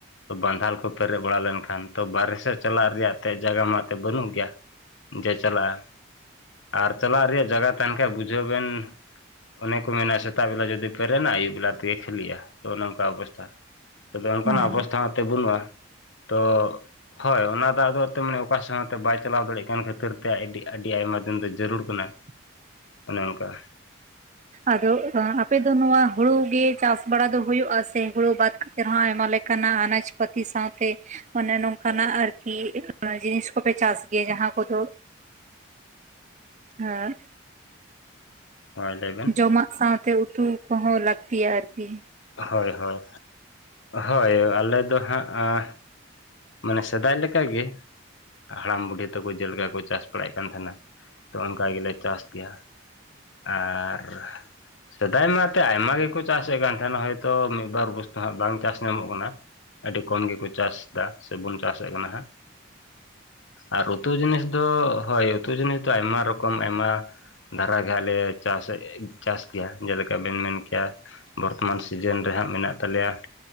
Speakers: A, on the left; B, on the right.
A: ᱟᱫᱚ ᱵᱟᱸᱫᱷᱟᱞ ᱠᱩ ᱯᱮ ᱨᱮ ᱵᱟᱲᱷᱟᱣ ᱞᱮᱱᱠᱷᱟᱱ ᱛᱚ ᱵᱟᱨᱦᱮ ᱥᱮᱫ ᱪᱟᱞᱟᱜ ᱨᱮᱭᱟᱜ ᱮᱛᱮᱦ ᱡᱟᱜᱟ ᱢᱟ ᱮᱛᱮᱫ ᱵᱟᱹᱱᱩᱜᱼᱟ ᱜᱮᱭᱟ ᱡᱮ ᱪᱟᱞᱟᱜᱼᱟ, ᱟᱨ ᱪᱟᱞᱟᱜ ᱨᱮᱭᱟᱜ ᱡᱟᱜᱟ ᱛ ᱠᱟᱱ ᱠᱷᱟᱡ ᱵᱩᱡᱷᱟᱹᱣ ᱵᱮᱱ ᱚᱱᱮ ᱠᱚ ᱢᱮᱱᱟ ᱥᱮᱛᱟᱜ ᱵᱮᱞᱟ ᱡᱩᱫᱤ ᱯᱮᱨᱮᱱ, ᱟᱹᱭᱩᱵ ᱵᱮᱞᱟ ᱛᱮᱜᱮ ᱠᱷᱟᱹᱞᱤᱜᱼᱟ ᱾ ᱛᱚ ᱚᱱᱮ ᱚᱱᱠᱟ ᱚᱵᱚᱥᱛᱷᱟ, ᱛᱚᱵᱮ ᱚᱸᱠᱟᱱᱟᱜ
B: ᱦᱮᱸ
A: ᱚᱵᱚᱥᱛᱷᱟ ᱦᱚᱸ ᱛᱟᱭ ᱵᱟᱹᱱᱩᱜᱼᱟ ᱾ ᱛᱚ ᱦᱳᱭ ᱚᱱᱟ ᱫᱚ ᱟᱫᱚ ᱮᱱᱛᱮᱫ ᱢᱟᱱᱮ ᱚᱠᱟ ᱥᱮᱫ ᱦᱚᱸ ᱵᱟᱭ ᱪᱟᱞᱟᱣ ᱫᱟᱲᱮᱜ ᱠᱟᱱ ᱠᱷᱟᱹᱛᱤᱨ ᱛᱮ ᱟᱹᱰᱤ ᱟᱹᱰᱤ ᱟᱭᱢᱟ ᱫᱤᱱ ᱫᱚ ᱡᱟᱹᱨᱩᱲ ᱠᱟᱱᱟ,
B: <unintelligible>
A: ᱚᱱᱮ ᱚᱸᱠᱟ᱾
B: ᱟᱫᱚᱜ ᱩᱸ ᱟᱯᱮ ᱫᱚ ᱱᱚᱣᱟ ᱦᱩᱲᱩ ᱜᱮ ᱪᱟᱥ ᱵᱟᱲᱟ ᱫᱚ ᱦᱩᱭᱩᱜᱼᱟ, ᱥᱮ ᱦᱩᱲᱩ ᱵᱟᱫᱽ ᱠᱟᱛᱮ ᱨᱮᱦᱚᱸ ᱟᱭᱢᱟ ᱞᱮᱠᱟᱱᱟᱜ ᱟᱱᱟᱡᱽ ᱯᱟᱹᱛᱤ ᱥᱟᱶᱛᱮ ᱚᱱᱮ ᱱᱚᱝᱠᱟᱱᱟᱜ ᱟᱨᱠᱤ ᱚᱱᱟ ᱡᱤᱱᱤᱥ ᱠᱚᱯᱮ ᱪᱟᱥ ᱜᱮᱭᱟ ᱡᱟᱦᱟᱸ ᱠᱚᱫᱚ ᱦᱮᱸ,
A: ᱦᱳᱭ ᱞᱟᱹᱭ ᱵᱮᱱ?
B: ᱡᱚᱢᱟᱜ ᱥᱟᱶᱛᱮ ᱩᱛᱩ ᱠᱚᱦᱚᱸ ᱞᱟᱹᱠᱛᱤᱭᱟ ᱟᱨᱠᱤ ᱾
A: ᱦᱳᱭ ᱦᱳᱭ, ᱦᱳᱭ ᱟᱞᱮ ᱫᱚ ᱦᱟᱸᱜ ᱟᱸ ᱢᱟᱱᱮ ᱥᱮᱫᱟᱭ ᱞᱮᱠᱟ ᱜᱮ, ᱦᱟᱲᱟᱢ ᱵᱩᱰᱷᱤ ᱛᱮᱠᱚ ᱡᱮᱞᱮᱠᱟ ᱠᱚ ᱪᱟᱥ ᱵᱟᱲᱟᱭᱮᱫ ᱠᱟᱱ ᱛᱟᱦᱮᱸᱱᱟ, ᱛᱚ ᱚᱱᱠᱟ ᱜᱮᱞᱮ ᱪᱟᱥ ᱜᱮᱭᱟ ᱾ ᱟᱨ ᱥᱮᱫᱟᱭ ᱢᱟ ᱮᱱᱛᱮᱜ ᱟᱭᱢᱟ ᱜᱮᱠᱚ ᱪᱟᱥᱼᱮᱫ ᱠᱟᱱ ᱛᱟᱦᱮᱸᱱ, ᱦᱚᱭᱛᱳ ᱢᱤᱫ ᱵᱟᱨ ᱵᱚᱥ ᱛᱚ ᱦᱟᱸᱜ ᱵᱟᱝ ᱪᱟᱥ ᱧᱟᱢᱚᱜ ᱠᱟᱱᱟ, ᱟᱹᱰᱤ ᱠᱚᱢ ᱜᱮᱠᱚ ᱪᱟᱥᱼᱮᱫᱟ ᱥᱮᱵᱚᱱ ᱪᱟᱥ ᱮᱜ ᱠᱟᱱᱟ ᱦᱟᱸᱜ ᱾ ᱟᱨ ᱩᱛᱩ ᱡᱤᱱᱤᱥ ᱫᱚ ᱦᱳᱭ ᱩᱛᱩ ᱡᱤᱱᱤᱥ ᱫᱚ ᱟᱭᱢᱟ ᱨᱚᱠᱚᱢ ᱟᱭᱢᱟ ᱫᱷᱟᱨᱟ ᱜᱮ ᱦᱟᱸᱜ ᱞᱮ ᱪᱟᱥᱼᱮᱜ, ᱪᱟᱥ ᱜᱮᱭᱟ ᱡᱮᱞᱮᱠᱟ ᱵᱮᱱ ᱢᱮᱱ ᱠᱮᱭᱟ ᱵᱚᱨᱛᱚᱢᱟᱱ ᱥᱤᱡᱮᱱ ᱨᱮ ᱦᱟᱸᱜ ᱢᱮᱱᱟᱜ ᱛᱟᱞᱮᱭᱟ